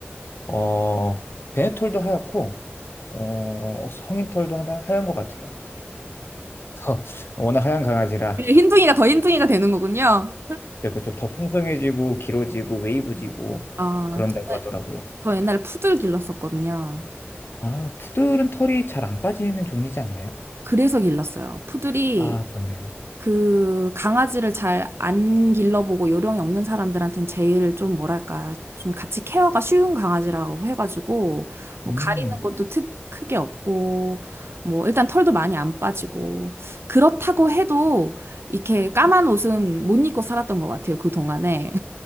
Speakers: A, on the left; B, on the right.
A: 어, 베네털도 하얗고 어, 성인털도 하나 하얀 것 같아요. 어, 워낙 하얀 강아지라
B: 흰둥이가 더 흰둥이가 되는 거군요.
A: 그좀 더 풍성해지고 길어지고 웨이브지고
B: 아,
A: 그런다고
B: 저,
A: 하더라고요.
B: 저 옛날에 푸들 길렀었거든요.
A: 아, 푸들은 털이 잘 안 빠지는 종이지 않나요?
B: 그래서 길렀어요. 푸들이
A: 아, 그렇네요.
B: 그 강아지를 잘 안 길러보고 요령이 없는 사람들한텐 제일 좀 뭐랄까 좀 같이 케어가 쉬운 강아지라고 해가지고 뭐
A: 음.
B: 가리는 것도 특, 크게 없고 뭐 일단 털도 많이 안 빠지고 그렇다고 해도 이렇게 까만 옷은 못 입고 살았던 것 같아요. 그 동안에.